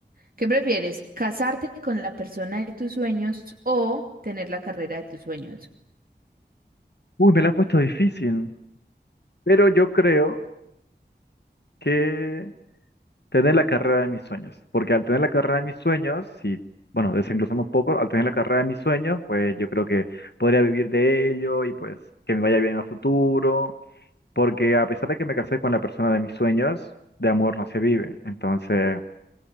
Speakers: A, on the right (about 50°); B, on the left (about 70°).
A: ¿Qué prefieres? ¿Casarte con la persona de tus sueños o tener la carrera de tus sueños?
B: Uy, me la has puesto difícil, pero yo creo que... Tener la carrera de mis sueños, porque al tener la carrera de mis sueños, si, bueno, desenglosando un poco, al tener la carrera de mis sueños, pues yo creo que podría vivir de ello y pues que me vaya bien a futuro, porque a pesar de que me casé con la persona de mis sueños, de amor no se vive, entonces